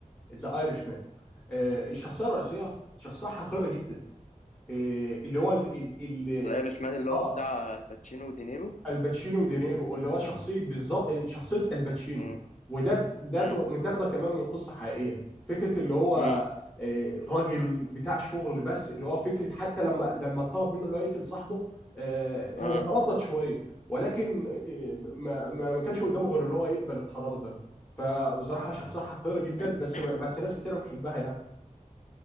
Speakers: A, in the centre; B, on the left.
A: ذا ايرش مان الشخصيه الرئيسيه شخصيه حقيره جدا آه، اللي هو ال ال ال-
B: زي رشمان اللي هو
A: اه
B: بتاع الباتشينو ودينيرو
A: الباتشينو ودينيرو اللي هو شخصيه بالظبط شخصيه الباتشينو
B: امم
A: وده ده
B: امم
A: تو- متاخده كمان من قصه حقيقيه فكره اللي هو
B: امم
A: آه، راجل بتاع شغل بس اللي هو فكره حتى لما لما طلب منه اللي هو يقتل صاحبه آه،
B: اه
A: هو تردد شويه ولكن آه، ما ما ما كانش قدامه غير اللي هو يقبل القرار ده فبصراحه شخصيه حقيره جدا بس
B: <clears throat> <coughs>
A: بس ناس كتير بتحبها يعني